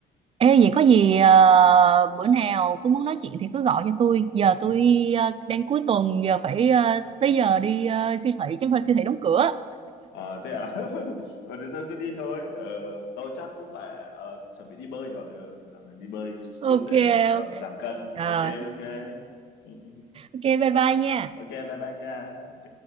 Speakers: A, on the right (about 35°); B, on the left (about 85°).
A: ê vậy có gì ờ, bữa nào cũng muốn nói chuyện thì cứ gọi cho tôi giờ tôi ờ, đang cuối tuần giờ phải ờ, tới giờ đi ờ, siêu thị chứ không phải siêu thị đóng cửa
B: ờ thế à <laughs> ờ thì tôi cứ đi thôi ờ, tôi chắc cũng phải ờ, chuẩn bị đi bơi rồi ừ, dạo này đi bơi
A: ok
B: chút để ờ,
A: ok
B: giảm cân
A: Rồi,
B: ok ok <laughs>
A: ok bye bye nha
B: ok bye bye nha ok